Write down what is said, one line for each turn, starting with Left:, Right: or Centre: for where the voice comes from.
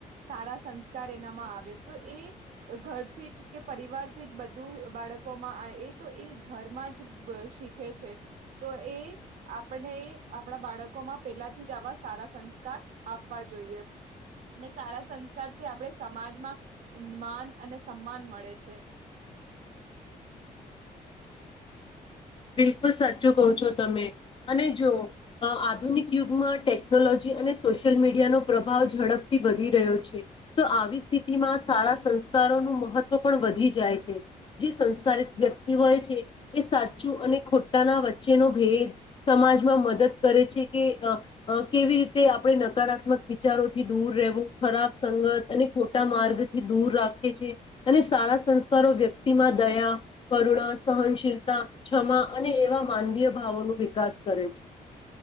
Right: સારા સંસ્કાર એનામાં આવે તો એ ઘરથી જ કે પરિવારથી જ બધું બાળકોમાં આવે એ તો એ ઘરમાં જ શીખે છે, તો એ આપણે આપણા બાળકો માં પેલા થી જ આવા સારા સંસ્કાર આપવા જોઈએ. ને સારા સંસ્કાર થી આપણે સમાજમાં માન અને સન્માન મળે છે.
Left: બિલકુલ સાચો કહ છો તમે અને જો આધુનિક યુગમાં ટેકનોલોજી અને સોશિયલ મીડિયાનો પ્રભાવ ઝડપથી વધી રહ્યો છે, તો આવી સ્થિતિમાં સારા સંસ્કારોનું મહત્વ પણ વધી જાય છે, જે સંસ્કારિત વ્યક્તિ હોય છે, એ અને ખોટાના વચ્ચેનો ભેદ સમાજમાં મદદ કરે છે, કે કેવી રીતે આપણે નકારાત્મક વિચારોથી દૂર રહેવું ખરાબ સંગત અને ખોટા માર્ગ થી દૂર રાખે છે, અને સારા સંસ્કારો વ્યક્તિમાં દયા કરુણા સહનશીલતા. ક્ષમા અને એવા માનવીય ભાવો ન વિકાસ કરે છે.